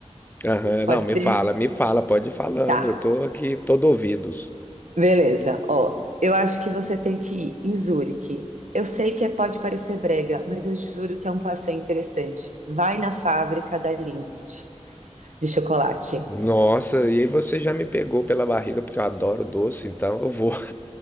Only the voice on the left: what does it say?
Aham,
não, me
fala, me fala, pode ir falando.
Eu tô aqui todo ouvidos.
Nossa, e aí você já me pegou pela barriga, porque eu adoro doce, então eu vou.